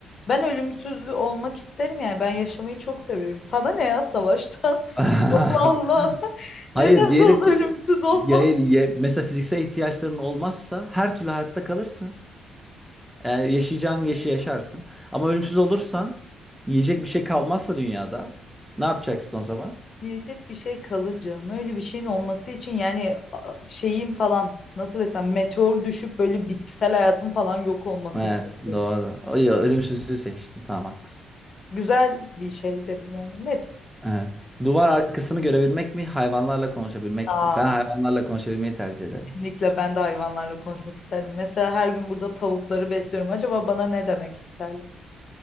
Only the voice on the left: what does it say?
Ben ölümsüz olmak isterim yani. Ben yaşamayı çok seviyorum. Sana ne ya savaştan?
<laughs> Allah Allah. <laughs>
Ne dert
oldu
ölümsüz olmam?
Yiyecek bir şey kalır canım. Öyle bir şeyin olması için yani a- şeyin falan nasıl desem meteor düşüp böyle bitkisel hayatın falan yok olması
gerekiyor.
Güzel bir şey dedim yani net.
Aa,
kesinlikle ben de hayvanlarla konuşmak isterdim. Mesela her gün burada tavukları besliyorum. Acaba bana ne demek isterler?